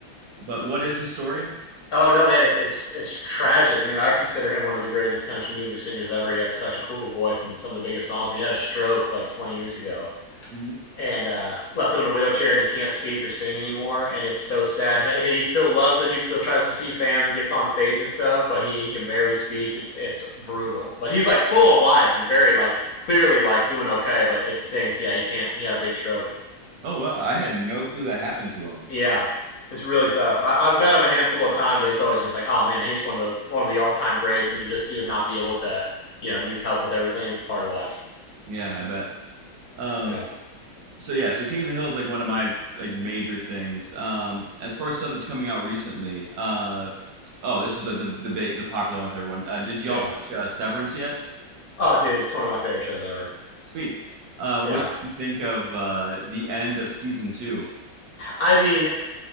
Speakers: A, on the right; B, on the left.
A: But what is his story?
B: Oh no, man, it's it's it's tragic. I mean, I consider him one of the greatest country music singers ever. He had such a cool voice and some of the biggest songs. And He had a stroke like 20 years ago
A: Mhm.
B: and uh, left him in a wheelchair, and he can't speak or sing anymore. And it's so sad. He, he still loves it. He still tries to see fans and gets on stage and stuff, but he he can barely speak. It's it's brutal. But he's like full of life and very like clearly like doing okay. But it stinks. Yeah, he can't. He had a big stroke.
A: Oh well, I had no clue that happened to him.
B: Yeah, it's really tough. I, I've met him a handful of times, and it's always just like, oh man, here's one of the one of the all time greats, and to just see him not be able to, you know, needs help with everything. It's hard to watch.
A: Yeah, I bet. Um,
B: Yeah,
A: so yeah, so King of the Hill is like one of my like major things. Um, as far as stuff that's coming out recently, uh, oh, this is the the the big the popular one with everyone. Uh, did y'all
B: yeah.
A: watch uh, Severance yet?
B: Oh, dude, it's one of my favorite shows ever.
A: Sweet. Uh, what
B: Yeah,
A: do you think of uh, the end of season two?
B: I mean,